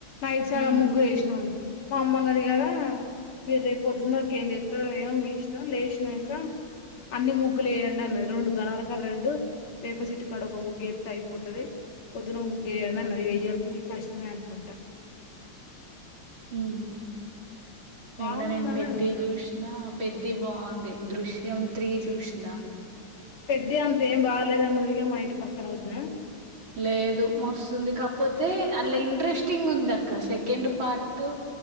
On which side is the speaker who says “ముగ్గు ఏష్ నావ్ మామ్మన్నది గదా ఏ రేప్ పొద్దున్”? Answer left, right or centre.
Left